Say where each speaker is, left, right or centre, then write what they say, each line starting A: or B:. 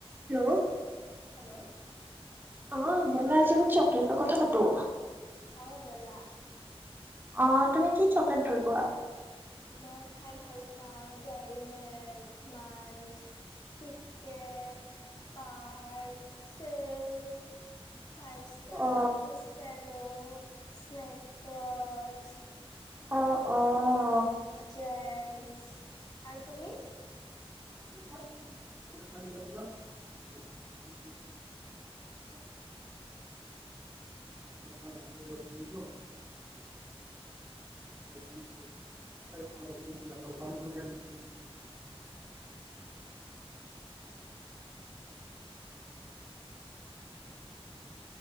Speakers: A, on the right (about 20°); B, on the left (about 40°).
A: Hello!
B: Hello!
A: অ ব'লা আজি আমি চকলেটৰ কথা পাতো।
B: অ বলা।
A: অ তুমি কি চকলেট ভাল পোৱা?
B: মই খাই ভাল পাওঁ Dairy milk, Munch, KitKat, park silk, five ষ্টাৰ,
A: অ
B: খোজ পেলো, স্নেকাৰ্চ
A: অঁ অঁ।
B: জেমচ আৰু তুমি?
A: <unintelligible> <unintelligible> <unintelligible>